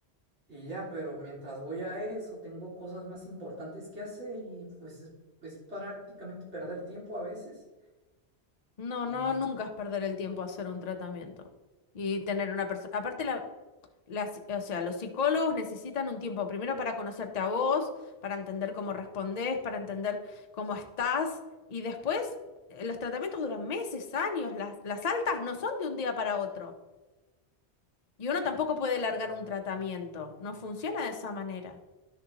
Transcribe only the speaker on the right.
y ya, pero mientras voy a eso, tengo cosas más importantes que hacer y pues es, es prácticamente perder tiempo a veces.
Y